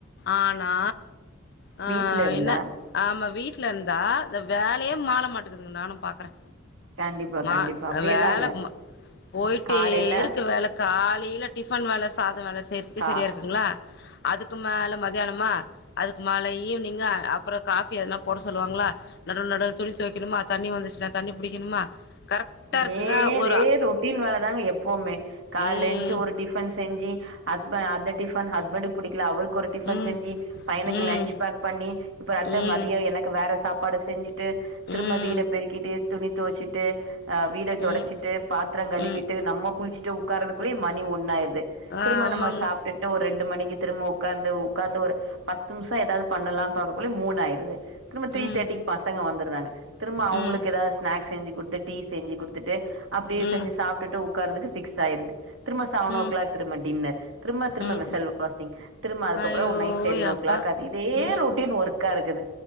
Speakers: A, on the left; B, on the right.
A: ஆனா ஆ
B: வீட்ல இருந்தா
A: இல்ல ஆமா வீட்ல இருந்தா இந்த வேலையே மால மாட்டேக்குதுங்க நானு பாக்கறே
B: கண்டிப்பா,
A: மா
B: கண்டிப்பா. அப்டியேதாங்க.
A: வேல போயிட்டே
B: காலையில
A: இருக்கு வேல காலைல டிஃபன் வேல சாத வேல செய்யறதுக்கே
B: கா
A: செரியா இருக்குங்ளா அதுக் கு மேல மதியானமா அதுக்கு மேல ஈவினிங்கா அப்றோ காபி எதுனா போட சொல்லுவாங்களா நடுவுல நடுவுல துணி தொவைக்கணுமா தண்ணி வந்துச்சுனா தண்ணி புடிக்கணுமா கரெக்டா
B: இதே
A: இருக்குங்க
B: இதே
A: ஒரு
B: ரொட்டீன் வேல தாங்க எப்பவுமே கால
A: ம்
B: எந்ச்சக ஒரு டிஃபன் செஞ்சி ஹஸ்ப அந்த டிஃபன் ஹஸ்பண்ட்க் புடிக்கல அவருக்கு ஒரு டிஃபன்
A: ம்
B: செஞ்சி பையனுக்கு
A: ம்
B: லன்ச் பேக் பண்ணி இப்ப அடுத்த
A: ம்
B: மதிய எனக்கு வேற சாப்பாடு செஞ்சிட்டு திரும்ப
A: ம்
B: வீட பெருக்கிட்டு துணி தொவச்சிட்டு அ வீட தொடச்சிட்டு
A: ம்
B: பாத்திர கழுவிட்டு
A: ம்
B: நம்ம குளிச்சிட்டு உக்காறதுக்குள்ளயே மணி ஒண்ணாயிருது
A: ஆ
B: திரும்ப
A: ஆமாங்க
B: நம்ம சாப்ட்டுட்டு ஒரு ரெண்டு மணிக்கு திரும்ப உக்காந்து உக்காந்து ஒரு பத்து நிம்ஷ ஏதாவது பண்ணலா பாக்ககுள்ள மூனு ஆயிருது திரும்ப
A: ம்
B: த்ரீ தேட்டிக்கு பசங்க வந்துறாங்க திரும்ப அவுங்களுக்
A: ம்
B: ஏதா ஸ்நாக்ஸ் செஞ்சி குடுத்து டீ செஞ்சி குடுத்துட்டு அப்டியே
A: ம்
B: செஞ்சி சாப்டுட்டு உக்காறதுக்கு சிக்ஸ் ஆயிருது திரும்ப செவன்
A: ம்
B: ஓ கிளாக் திரும்ப டின்னர் திரும்ப திரும்ப
A: ம்
B: வெசல் வாசிங் திரும்ப அதுக்கப்றோ
A: ஐயோ
B: ஒரு நைட் டென்
A: யப்பா
B: ஓ கிளாக் அது இதே
A: ம்
B: ரொட்டீன் ஒர்க்கா இருக்குது